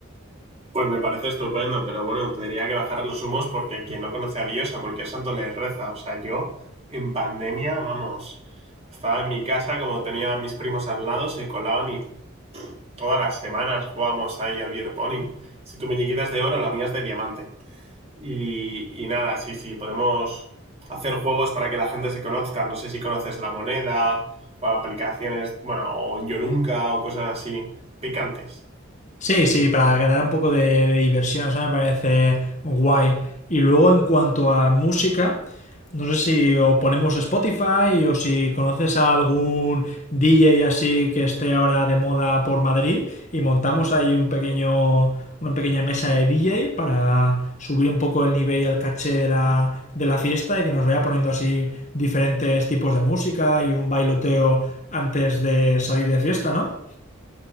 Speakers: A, on the right; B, on the left.
A: Pues me parece estupendo, pero bueno, tendría que bajar los humos porque quien no conoce a Dios, a cualquier santo le reza. O sea, yo en pandemia, vamos, estaba en mi casa, como tenía a mis primos al lado, se colaban y todas las semanas jugábamos ahí al beer pong. Y si tu muñequita es de oro, la mía es de diamante. Y, y nada, sí, sí, podemos hacer juegos para que la gente se conozca. No sé si conoces la moneda o aplicaciones, bueno, o Yo Nunca o cosas así, picantes.
B: Sí, sí, para ganar un poco de, de diversión, eso me parece guay. Y luego en cuanto a música, no sé si o ponemos Spotify o si conoces a algún DJ así que esté ahora de moda por Madrid y montamos ahí un pequeño, una pequeña mesa de DJ para subir un poco el nivel y el caché de la, de la fiesta y que nos vaya poniendo así diferentes tipos de música y un bailoteo antes de salir de fiesta, ¿no?